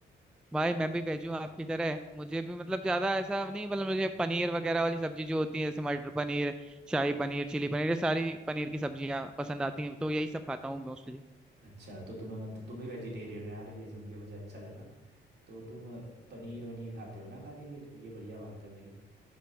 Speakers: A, in the centre; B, on the right.
A: भाई मैं भी भेजूँ आपकी तरह मुझे भी मतलब ज्यादा ऐसा नहीं मतलब मुझे पनीर वगैरह वाली सब्जी जो होती है जैसे मटर पनीर शाही पनीर चिली पनीर ये सारी पनीर की सब्जियां पसंद आती हैं तो यही सब खाता हूँ मोस्टली
B: अच्छा तो तुम्हें मतलब तुम भी वेजिटेरियन हो यार ये सुन के मुझे अच्छा लगा तो तुम पनीर वनीर खाते हो ना खाली फिर ये बढ़िया बात है भाई